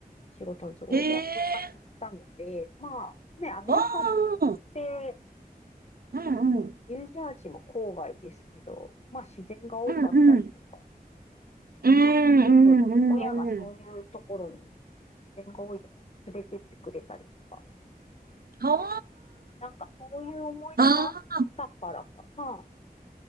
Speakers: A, on the left; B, on the right.
A: 仕事の都合でアメリカに行ったので、
B: ええ
A: まあね、アメリカっ
B: ああ、
A: て
B: うんうん。
A: ニュージャージーも郊外ですけど、まあ自然が多かったりとか、
B: うんうん。うんうんうんうん。
A: まあよく親がそういうところに自然が多いところに連れてってくれたりとか、
B: は
A: なんかそういう思い出があったからかな。
B: あ。あ